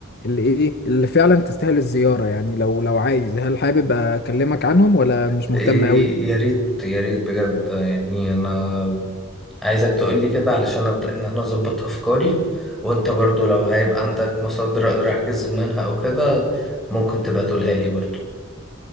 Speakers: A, on the left (about 50°); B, in the centre.
A: اللي إيه اللي فعلا تستاهل الزيارة يعني لو لو عايز هل حابب أكلمك عنهم ولا مش مهتم
B: إيه
A: أوي؟
B: يا ريت يا ريت بجد يعني أنا عايزك تقولي كده علشان أبدأ إن أنا أظبط أفكاري وأنت برضو لو هيبقى عندك مصادر أقدر أحجز منها أو كده ممكن تبقى تقولها لي برضو